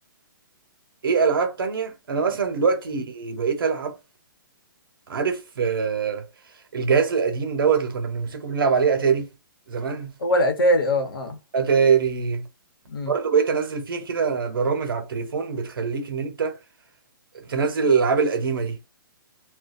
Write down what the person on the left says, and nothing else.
مم.
هو الاتاري اه اه
مم.